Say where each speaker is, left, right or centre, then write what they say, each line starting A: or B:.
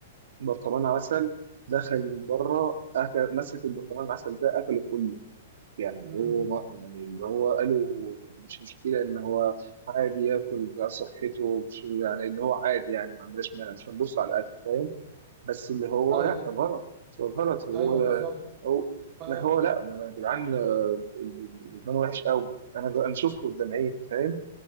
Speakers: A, on the right; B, on the right.
A: برطمان عسل دخل من بره أكل مسك البرطمان العسل ده أكله كله يعني
B: امم
A: هو ما يعني اللي هو قالوا مش مشكلة إن هو عادي ياكل بقى صحته مش يعني إن هو عادي يعني ما عندناش مانع مش هنبص على الأكل فاهم بس اللي هو
B: ايوه
A: لأ غلط هو غلط هو
B: ايوه بالظبط
A: هو
B: ف
A: ما هو لأ يا جدعان آه، الإدمان وحش قوي أنا أنا شفته قدام عيني فاهم